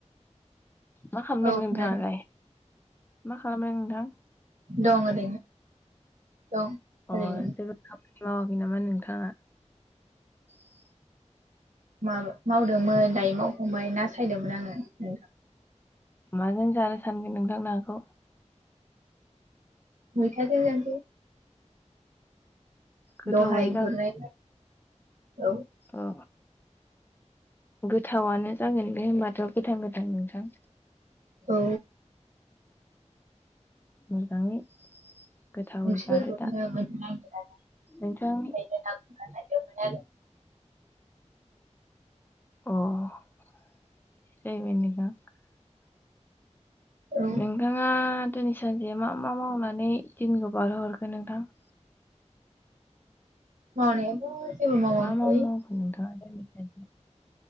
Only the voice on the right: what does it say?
औ
खोनादों
दं ओरैनो दं
ओरैनो
माबा मावदोंमोन दायो मावफांबाय नासायदोंमोन आङो नोंथां
मैथाजों जानोसै
दहाय गुरनाय औ
औ
ओंख्रिफोरखौनो
मोननो नागिरा आरो बेनिखायनो
नांगुरना लायदोंमोन आरो
औ
मावनायाथ' जेबो मावाखै